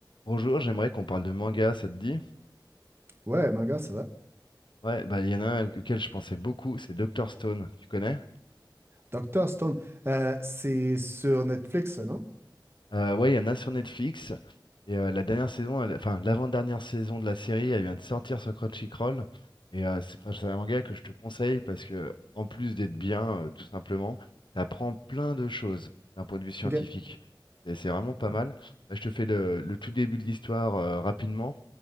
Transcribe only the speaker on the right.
Ouais, manga, ça va.
Doctor Stone, euh, c'est sur Netflix, non?
Ok.